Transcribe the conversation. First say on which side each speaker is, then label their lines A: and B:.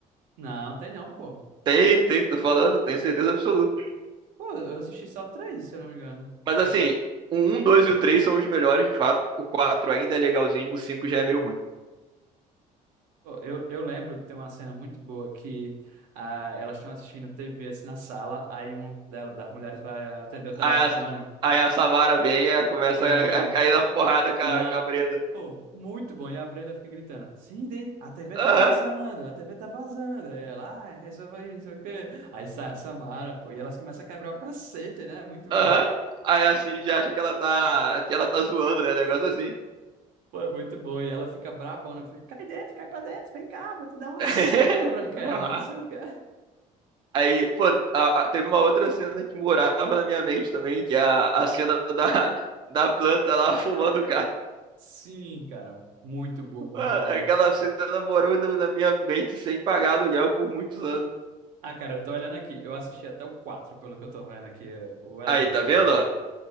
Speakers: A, on the right (about 75°); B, on the right (about 35°).
A: Não, tem não, pô.
B: Tem, tem, tô falando, tenho certeza absoluta.
A: Pô, eu assisti só três, se eu não me engano.
B: Mas assim, o 1, 2 e o 3 são os melhores, de fato. O 4 ainda é legalzinho, o cinco já é meio ruim.
A: Pô, eu, eu lembro que tem uma cena muito boa que ah, elas estão assistindo TV assim na sala, aí uma dela- das mulheres vai atender o telefone.
B: Aí a, aí a Samara vem e começa
A: É,
B: a, a cair na porrada com
A: e
B: a,
A: a.
B: com a Brenda.
A: Pô, muito bom. E a Brenda fica gritando: Cindy, a TV tá
B: Aham,
A: vazando, a TV tá vazando. Aí ela, ah, resolve aí, não sei o quê. Aí sai a Samara, pô, e elas começam a quebrar o cacete, né? Muito bom.
B: aham.
A: <laughs>
B: Aí assim, já acha que ela tá, que ela tá zoando, né? Negócio assim.
A: Pô, é muito bom. E ela fica brabona: fica, cai dentro, cai pra dentro, vem cá, vou te dar uma
B: <laughs>
A: surra, Branquela, não sei o quê.
B: Aí, pô, a- a- teve uma outra cena que morava na minha mente também, que é a, a cena da, da planta lá fumando o
A: Sim, cara, muito boa, muito
B: Mano,
A: boa.
B: aquela cena morou na na minha mente sem pagar aluguel por muitos anos.
A: Ah, cara, eu tô olhando aqui. Eu assisti até o 4 pelo que eu tô vendo aqui, o elenco,
B: Aí, tá vendo?
A: a galera.
B: ó?